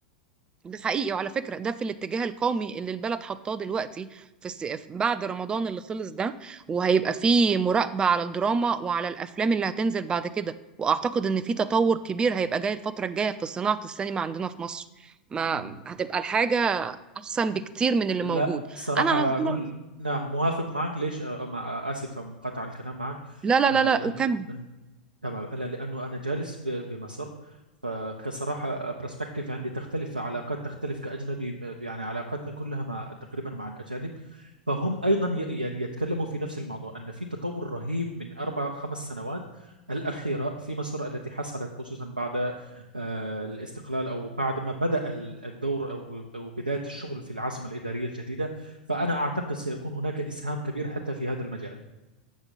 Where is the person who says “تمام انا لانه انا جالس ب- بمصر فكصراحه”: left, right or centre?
Right